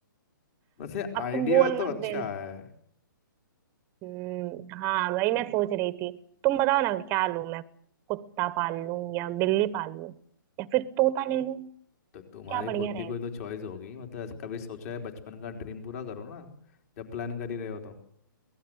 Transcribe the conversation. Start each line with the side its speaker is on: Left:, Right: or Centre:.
Left: वैसे
Right: अब
Left: आइडिया
Right: तुम बोल मत
Left: तो अच्छा
Right: देना
Left: है
Right: हम्म हाँ वही
Left: हम्म।
Right: मैं सोच रही थी तुम बताओ ना क्या लूं मैं कुत्ता पाल लूं या बिल्ली पाल लूं या फिर तोता ले लूं
Left: तो तुम्हारी
Right: क्या बढ़िया
Left: खुद की कोई तो चॉइस होगी मतलब ऐसा कभी सोचा है बचपन का ड्रीम पूरा करो ना जब प्लान कर ही रहे हो तो